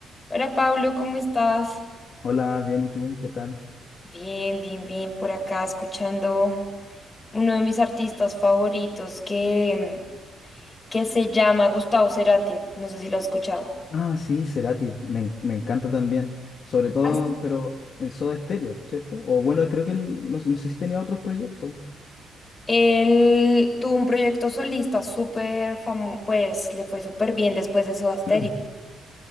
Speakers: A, on the left; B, on the left.
A: Hola Pablo, ¿cómo estás?
B: Hola, bien, ¿y tú? ¿Qué tal?
A: Bien, bien, bien, por acá escuchando uno de mis artistas favoritos que, mm, que se llama Gustavo Cerati, no sé si lo has escuchado.
B: Ah, sí, Cerati, me, en- me encanta también. Sobre todo,
A: As-
B: pero en Soda Stereo, ¿cierto? O bueno, creo que él, no, no sé si tenía otros proyectos.
A: Él tuvo un proyecto solista súper famoso, pues le fue súper bien después de su Asterix.
B: <clears throat>